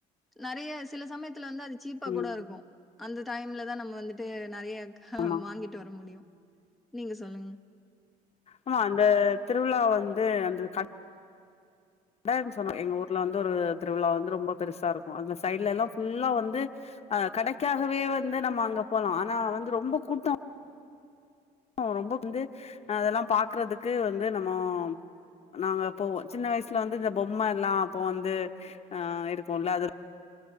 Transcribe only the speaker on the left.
ம்
ஆமா
ஆமா அந்த திருவிழா வந்து அந்த கட் டன் சொன்னோ எங்க ஊர்ல வந்து ஒரு திருவிழா வந்து ரொம்ப பெருசா இருக்கு அதுல சைடு்ல எல்லா ஃபுல்லா வந்து அ கடைக்காகவே வந்து நம்ம அங்க போலா ஆனா வந்து ரொம்ப கூட்டோ ஓ ரொம்ப வந்து அதெல்லா பாக்குறதுக்கு வந்து நம்மோ நாங்க போவோ சின்ன வயசுல வந்து இந்த பொம்மல்லா அப்போ வந்து ஆ இருக்குல்ல அது